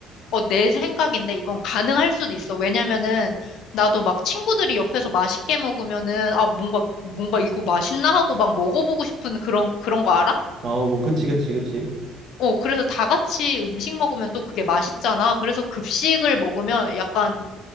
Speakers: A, on the left; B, on the right.
A: 어, 내 생각인데 이건 가능할 수도 있어. 왜냐면은 나도 막 친구들이 옆에서 맛있게 먹으면은 아 뭔가 뭔가 이거 맛있나 하고 막 먹어보고 싶은 그런 그런 거 알아?
B: 아, 뭐, 그치, 그치, 그치.
A: 어, 그래서 다 같이 음식 먹으면 또 그게 맛있잖아. 그래서 급식을 먹으면 약간,